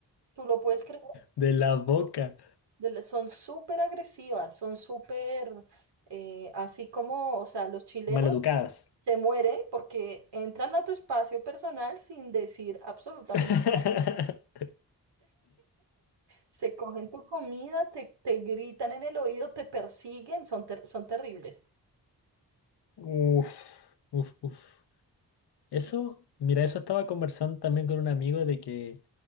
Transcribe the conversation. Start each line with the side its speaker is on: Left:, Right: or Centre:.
Right: ¿Tú lo puedes creer?
Left: De la boca.
Right: de la- Son súper agresivas, son súper, eh, así como, o sea, los chilenos
Left: Maleducadas.
Right: se mueren porque entran a tu espacio personal sin decir absolutamente.
Left: <laughs>
Right: Se cogen tu comida, te, te gritan en el oído, te persiguen, son, ter- son terribles.
Left: Uf, uf, uf. Eso,
Right: Sí,
Left: mira, eso estaba conversando también con un amigo de que